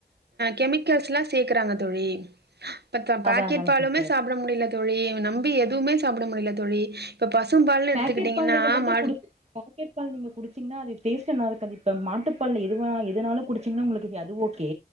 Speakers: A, on the right; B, on the right.
A: கெமிக்கல்ஸ்லா சேக்கறாங்க தோழி ஆஹ பத்த பாக்கெட்
B: அதா அதாங்க
A: பாலுமே
B: சிஸ்டர்
A: சாப்பிட முடியலது தோழி நம்பி எதுவுமே சாப்பிட முடியல தோழி இப்ப பசும்பால்னு எடுத்துக்கிட்டீங்கன்னா
B: பேக்கெட் பால் நீங்க வந்து குடிச் பாக்கெட் பால் நீங்க குடிச்சீங்கன்னா அது டேஸ்ட் நல்லா இருக்காது இப்ப மாட்டுப்பால் எதுவா எதுனாலும் குடிச்சீங்கன்னா உங்களுக்கு அது ஓகே